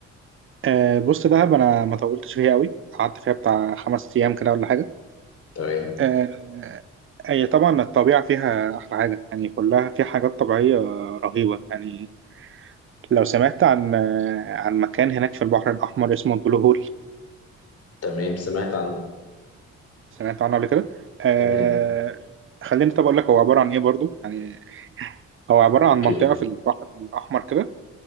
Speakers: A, on the right (about 45°); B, on the left (about 55°).
A: آه بص دهب انا ما طولتش فيها قوي قعدت فيها بتاع خمس ايام كده ولا حاجه
B: تمام
A: آه هي طبعا الطبيعه فيها احلى حاجه يعني كلها في حاجات طبيعيه رهيبه يعني لو سمعت عن آه، عن مكان هناك في البحر الأحمر اسمه البلو هول
B: تمام سمعت عنه
A: سمعت عنه قبل كده آه
B: تمام
A: خليني طب اقول لك هو عباره عن ايه برضو يعني هو عباره
B: أوكي
A: عن منطقه في البحر الاحمر كده